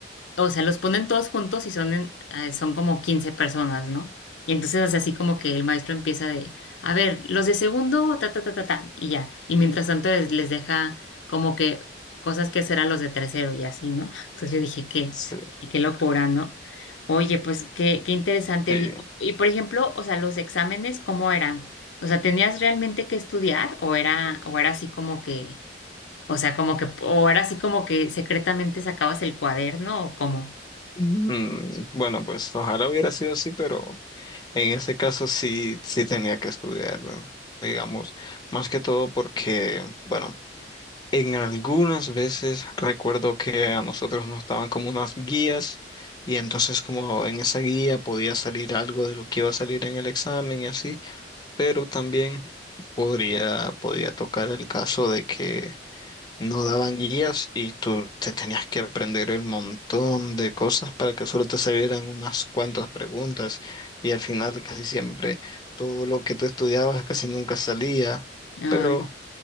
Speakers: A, on the left; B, on the left.
A: o sea, los ponen todos juntos y son, en- eh, son como 15 personas, ¿no? Y entonces es así como que el maestro empieza de, a ver, los de segundo, ta, ta, ta, ta, ta, y ya. Y mientras tanto les, les deja como que cosas que hacer a los de tercero y así, ¿no? <laughs> Entonces yo dije, qué,
B: Sí,
A: y qué locura, ¿no? Oye, pues qué, qué interesante.
B: sí.
A: Oye, Y, y, por ejemplo, o sea, los exámenes, ¿cómo eran? O sea, ¿tenías realmente que estudiar o era, o era así como que, o sea, como que, o era así como que secretamente sacabas el cuaderno o cómo?
B: Mm, bueno, pues ojalá hubiera sido así, pero En ese caso sí, sí tenía que estudiarlo, digamos, más que todo porque, bueno, en algunas veces recuerdo que a nosotros nos daban como unas guías y entonces como en esa guía podía salir algo de lo que iba a salir en el examen y así, pero también podría, podía tocar el caso de que no daban guías y tú te tenías que aprender el montón de cosas para que solo te salieran unas cuantas preguntas y al final casi siempre todo lo que tú estudiabas casi nunca salía.
A: Ay,
B: Pero